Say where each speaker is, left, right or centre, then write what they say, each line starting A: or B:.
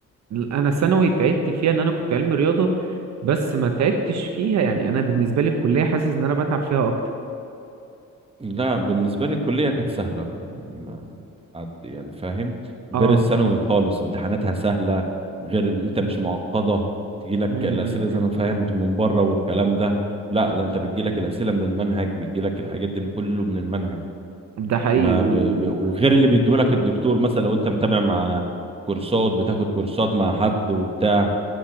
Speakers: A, on the right; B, on the right.
A: انا ثانوي تعبت فيها ان انا كنت علمي رياضه بس ما تعبتش فيها يعني انا بالنسبه لي الكليه حاسس ان انا بتعب فيها اكتر
B: لا بالنسبة لي الكلية كانت سهلة أنا يعني ما عد يعني فاهم غير
A: اه
B: الثانوي خالص امتحاناتها سهلة غير إن أنت مش معقدة تجيلك
A: امم
B: الأسئلة زي
A: إمم.
B: ما فهمت من بره والكلام ده لا ده أنت بتجيلك الأسئلة من المنهج بتجيلك الحاجات دي من كله من المنهج
A: ده حقيقي
B: ما
A: و...
B: ب... ب... وغير اللي بيديهولك الدكتور مثلا لو أنت متابع مع كورسات بتاخد كورسات مع حد وبتاع